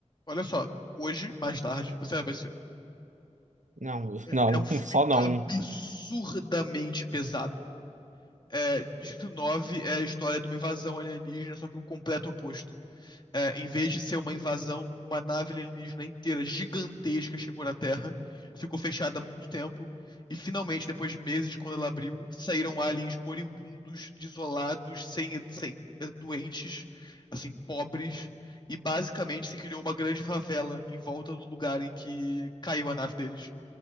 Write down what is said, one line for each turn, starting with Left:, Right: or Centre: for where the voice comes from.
Left: olha só. Hoje, mais tarde, você vai ver esse
Right: não, não,
Left: É um filme
Right: <laughs> só não.
Left: absurdamente pesado. É, Distrito 9 é a história de uma invasão alienígena, só que o completo oposto. É, em vez de ser uma invasão, uma nave alienígena inteira, gigantesca, chegou na Terra, ficou fechada há muito tempo, e finalmente, depois de meses, quando ela abriu, saíram aliens moribundos, desolados, sem, sem eh, doentes, assim, pobres, e basicamente se criou uma grande favela em volta do lugar em que caiu a nave deles.